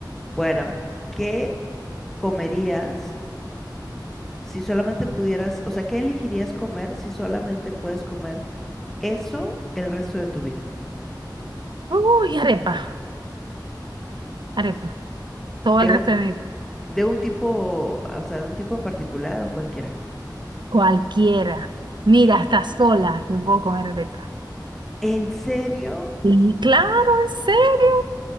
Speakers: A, in the centre; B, on the right.
A: Bueno, ¿qué comerías si solamente pudieras, o sea, qué elegirías comer si solamente puedes comer eso el resto de tu vida?
B: Uy, arepa, arepa. Todo
A: De
B: el resto
A: un,
B: de mi...
A: de un tipo, o sea, de un tipo en particular o cualquiera.
B: Cualquiera. Mira,
A: <gasps>
B: hasta sola yo puedo comer arepa.
A: ¿En serio?
B: Y claro, en serio.